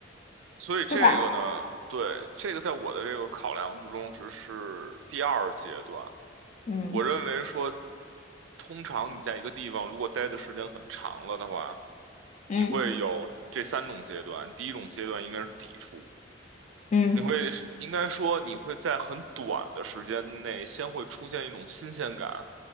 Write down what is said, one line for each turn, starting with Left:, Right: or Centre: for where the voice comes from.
Right: 所以这个呢，
Left: 对吧？
Right: 对，这个在我的这个考量之中是是第二阶段。
Left: 嗯
Right: 我认为说，通常你在一个地方如果待的时间很长了的话，
Left: 嗯
Right: 你会有这三种阶段。第一种阶段应该是抵触，
Left: 嗯
Right: 你会应该说你会在很短的时间内先会出现一种新鲜感，